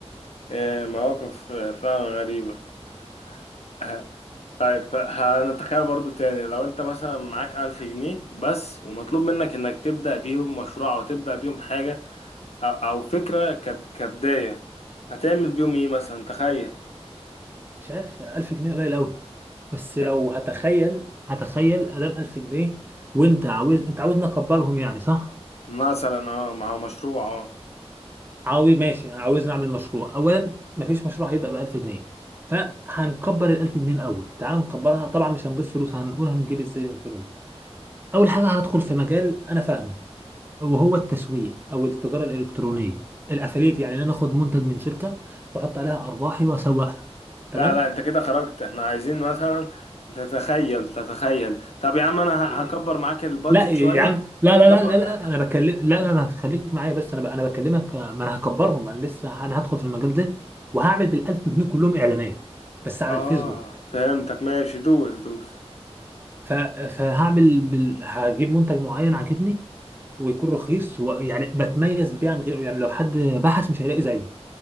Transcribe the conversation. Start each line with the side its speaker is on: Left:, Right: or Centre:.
Left: إيه، مواقف فعلا غريبه <laughs> طيب هنتخيل برضو تاني لو انت مثلا معاك ألف جنيه بس ومطلوب منك انك تبدأ بيهم مشروع او تبدأ بيهم حاجة او, أو فكرة كب- كبداية هتعمل بيهم ايه مثلا تخيل
Right: مش عارف 1000 جنيه قليل قوي بس
Left: يعني
Right: لو هتخيل هتخيل ادام 1000 جنيه وانت عاوز انت عاوزني اكبرهم يعني صح
Left: مثلا اه مع مشروع اه
Right: عاوز ماشي عاوز نعمل مشروع اولا مفيش مشروع هيبدا ب 1000 جنيه فهنكبر ال 1000 جنيه الاول تعال نكبرها طبعا مش هنضيف فلوس هنقول هنجيب ازاي الفلوس اول حاجه هندخل في مجال انا فاهمه وهو التسويق او التجاره الالكترونيه الافليت يعني ان انا اخد منتج من شركه واحط عليها ارباحي واسوقها تمام
Left: لا لا انت كده خرجت احنا عايزين مثلا تتخيل تتخيل طب يا عم انا ه-
Right: إيه،
Left: هكبر معاك البادجت
Right: لا يا
Left: شوية
Right: عم لا
Left: هكبر
Right: لا لا لا, لا
Left: هك-
Right: انا بكلم لا لا لا خليك معايا بس انا ب... انا بكلمك آه، ما انا هكبرهم انا لسه انا هدخل في المجال ده وهعمل بال 1000 جنيه كلهم اعلانات بس على
Left: اه
Right: الفيسبوك
Left: فهمتك ماشي دوس دوس
Right: ف- فهعمل بال... هجيب منتج معين عاجبني ويكون رخيص ويعني بتميز بيه عن غيره يعني لو حد بحث مش هيلاقي زيه